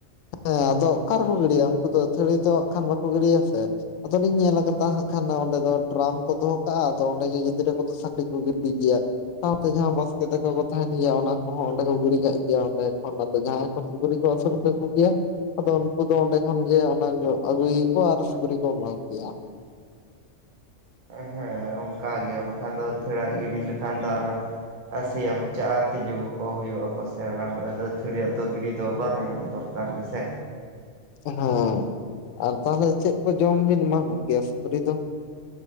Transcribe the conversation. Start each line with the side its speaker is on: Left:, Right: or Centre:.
Left: ᱦᱮᱸ ᱟᱫᱚ ᱚᱠᱟ ᱨᱮᱠᱚ ᱜᱤᱰᱤᱭᱟ ᱩᱱᱠᱩ ᱫᱚ ᱟᱹᱛᱷᱟᱹᱨᱤ ᱛᱚ ᱦᱟᱜ ᱠᱷᱟᱱ ᱵᱟᱠᱚ ᱜᱤᱰᱤᱭᱟ ᱥᱮ ᱟᱫᱚᱞᱤᱧ ᱧᱮᱞ ᱟᱠᱟᱫᱟ ᱦᱟᱸᱜ ᱠᱷᱟᱱ ᱚᱸᱰᱮ ᱫᱚ ᱰᱨᱟᱢ ᱠᱚ ᱫᱚᱦᱚ ᱠᱟᱜᱼᱟ ᱟᱫᱚ ᱚᱸᱰᱮ ᱜᱮ ᱜᱤᱫᱽᱨᱟᱹ ᱠᱚᱫᱚ ᱥᱟᱹᱠᱲᱤ ᱠᱚ ᱜᱤᱰᱤ ᱜᱮᱭᱟ ᱾ ᱥᱟᱶᱛᱮ ᱡᱟᱦᱟᱸ ᱵᱟᱥᱠᱮ ᱫᱟᱠᱟ ᱠᱚ ᱛᱟᱦᱮᱱ ᱜᱮᱭᱟ ᱚᱱᱟ ᱠᱚᱦᱚᱸ ᱚᱸᱰᱮ ᱠᱚ ᱜᱤᱰᱤ ᱠᱟᱜ ᱜᱮᱭᱟ ᱚᱸᱰᱮ ᱠᱷᱚᱱ ᱟᱫᱚ ᱡᱟᱦᱟᱸᱭ- ᱥᱩᱠᱨᱤ ᱠᱚ ᱟᱹᱥᱩᱞ ᱠᱚ - ᱜᱮᱭᱟ ᱟᱫᱚ ᱩᱱᱠᱩ ᱫᱚ ᱚᱸᱰᱮ ᱠᱷᱚᱱ ᱜᱮ ᱚᱱᱟ ᱟᱹᱜᱩᱭᱟᱠᱚ ᱟᱨ ᱥᱩᱠᱨᱤ ᱠᱚ ᱮᱢᱟ ᱠᱚᱜᱮᱭᱟ᱾
Right: ᱦᱮᱸ ᱚᱱᱠᱟ ᱜᱮ ᱵᱟᱠᱷᱟᱱ ᱫᱚ ᱟᱹᱛᱷᱚᱲᱟᱜ ᱜᱤᱰᱤ ᱞᱮᱠᱷᱟᱱ ᱫᱚ ᱟᱨᱚ ᱟᱨ ᱥᱮᱭᱟ ᱯᱚᱪᱟᱜᱼᱟ ᱛᱤᱡᱩ ᱠᱚᱠᱚ ᱦᱩᱭᱩᱜᱼᱟᱠᱚ ᱥᱮ ᱚᱱᱟ ᱠᱚᱨᱮ ᱫᱚ ᱟᱹᱛᱷᱟᱹᱣᱲᱤ ᱭᱟᱹᱜ ᱫᱚ ᱜᱤᱰᱤ ᱫᱚ ᱵᱟᱝ ᱫᱚᱨ- ᱠᱟᱨ ᱜᱮ ᱥᱮ᱾
Left: ᱦᱮᱸ ᱟᱨ ᱛᱟᱦᱚᱞᱮ ᱪᱮᱫ ᱠᱚ ᱡᱚᱢ ᱵᱤᱱ ᱮᱢᱟ ᱠᱚᱜᱮᱭᱟ ᱥᱩᱠᱨᱤ ᱫᱚ?